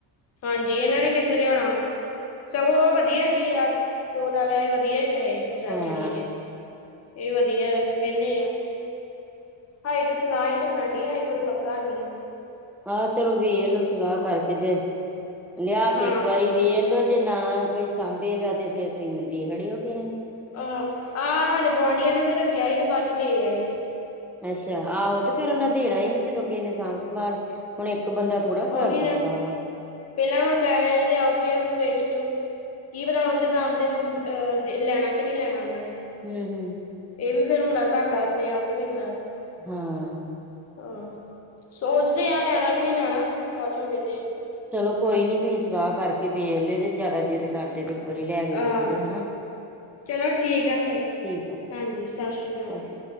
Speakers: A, on the left (about 30°); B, in the centre.
A: ਹਾਂਜੀ ਇਹਨਾਂ ਨੇ ਕਿੱਥੇ ਲਿਆਉਣਾ। ਸਗੋਂ ਉਹ ਵਧੀਆ ਹੀ ਆ ਤੋਤਾਂ ਵੈਸੇ ਵਧੀਆ ਹੀ ਵੈਹੈ। ਦੂਸਰਾ
B: ਹਾਂ
A: ਚਿੜੀ ਜੇ ਇਹ ਵਧੀਆ ਆ ਵੇਣੇ ਆ। ਹਾਏ ਤੇ ਸਲਾਹੀ ਚੱਲਣ ਡੀ ਹਏ ਕੋਈ ਪੱਕਾ ਨੀ ਹੈ।
B: ਆਹੋ ਚਲੋ ਵੇਖਲੋ ਸਲਾਹ ਕਰਕੇ ਜੇ ਲਿਆ
A: ਹਾਂ
B: ਕੇ ਇੱਕ ਵਾਰੀ ਵੇਖ ਲੋੋ ਜੇ ਨਾ। ਕੋਈ ਸਾਂਭੇਗਾ ਤੇ ਫੇਰ ਤੁਸੀਂ ਦੇ ਖੜੇ ਹੋ ਕਿਸੇ ਨੂੰ।
A: ਹਾਂ ਆਹ ਸਾਡੇ ਗੁਆਂਢੀਆਂ ਨੇ ਵੀ ਰੱਖਿਆ ਹੀ ਤੇ ਬਾਅਦ ਚ ਦੇ ਆਏ ਹੀ।
B: ਅੱਛਾ ਆਹੋ ਤੇ ਫੇਰ ਉਹਨਾ ਦੇਣਾ ਹੀ ਜਦੋਂ ਕਿਸਨੇ ਸਾਂਭ ਸੰਭਾਲ ਹੁਣ ਇੱਕ ਬੰਦਾ। ਥੋੜਾ ਕਰ
A: ਉਓਹੀ
B: ਸਕਦਾ
A: ਨਾ
B: ਵਾ
A: ਪਹਿਲਾਂ ਹੁਣ ਪੈਹਿਆਂ ਦਾ ਲਿਆਓ ਫੇਰ ਉਹਨੂੰ ਵੇਚੋ। ਕੀ ਪਤਾ ਉਸੇ ਦਾਮ ਤੇ ਅਹ ਲੈਣਾ ਕਿ ਨਹੀਂ ਲੈਣਾ ਉਹਨਾਂ ਨੇ।
B: ਹੂ ਹੂ।
A: ਇਹ ਵੀ ਫੇਿਰ ਹੁੰਦਾ ਘਾਟਾ ਆਪਣੇ ਆਪ ਨੂੰ ਪੈਂਦਾ।
B: ਹਾਂ।
A: ਹਾਂ ਸੋਚਦੇ ਆ ਲੈਣਾ ਕਿ ਨਹੀਂ ਲੈਣਾ ਬਾਅਦ ਚੋਂ ਵੇਨੇ।
B: ਚਲੋ ਕੋਈ ਨੀ ਤੁਹੀ ਸਲਾਹ ਕਰਕੇ ਵੇਚ ਲ ਜੇ ਜਿਆਦਾ ਜਿੱਦ ਕਰਦੇ ਤੇ। ਵਾਰੀ ਲੈ ਕੇ ਵਹੋ
A: ਆਹ
B: ਲਿਓ ਹਨਾ।
A: ਚਲੋ ਠੀਕ ਆ ਫਿਰ
B: ਠੀਕ ਆ
A: ਹਾਂਜੀ ਸਤਿ ਸ੍ਰੀ ਅਕਾਲ।
B: ਸਤਿ ਸ਼੍ਰੀ